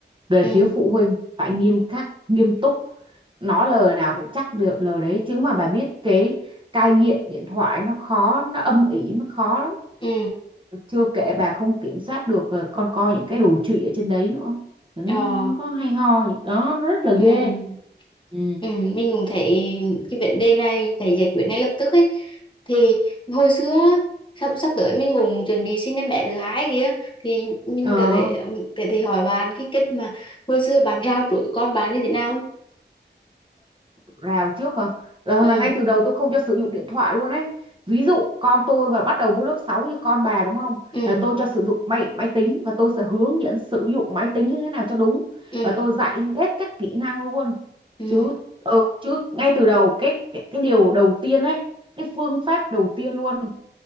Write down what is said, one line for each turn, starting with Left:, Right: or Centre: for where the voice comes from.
Right: về
Left: ừ,
Right: phía phụ huynh phải nghiêm khắc, nghiêm túc. Nói lời nào phải chắc được lời đấy chứ mà bà biết cái cai nghiện điện thoại nó khó lắm, nó âm ỉ nó khó lắm.
Left: ừ,
Right: Chưa kể bà không kiểm soát được ờ, con coi những cái đồ trụy ở trên đấy nữa. Nó
Left: ờ,
Right: không có hay ho gì. Đó, nó rất là ghê.
Left: ừ.
Right: Ừ.
Left: Ừ, mình cũng thấy cái vấn đề này phải giải quyết ngay lập tức ấy thì hồi xưa á, sắp sắp tới mình cũng chuẩn bị sinh em bé thứ hai kia thì mình
Right: Ờ
Left: có thể có thể hỏi bạn cái cách mà hồi xưa bạn rao chuỗi cho con bạn như thế nào
Right: rào trước không Ờ,
Left: ừ
Right: là ngay từ đầu tôi không cho sử dụng điện thoại luôn ấy. Ví dụ con tôi và bắt đầu vô lớp 6 như con bà đúng không?
Left: ừ
Right: Là tôi cho sử dụng máy máy tính và tôi sẽ hướng dẫn sử dụng máy tính như thế nào cho đúng
Left: ừ
Right: và tôi dạy hết các kỹ năng luôn.
Left: ừ
Right: Chứ ờ, chứ ngay từ đầu cái cái cái điều đầu tiên ấy, cái phương pháp đầu tiên luôn